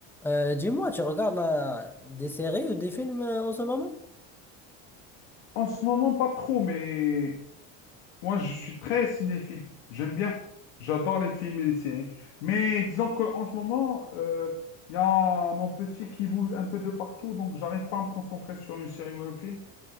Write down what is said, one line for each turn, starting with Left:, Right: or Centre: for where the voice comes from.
Centre: Euh, dis-moi, tu regardes euh, des séries ou des films euh, en ce moment?
Left: En ce moment, pas trop, mais moi, je suis très cinéphile. J'aime bien. J'adore les films et les séries. Mais disons qu'en ce moment, euh, il y a mon petit qui bouge un peu de partout, donc j'arrive pas à me concentrer sur une série ou un film.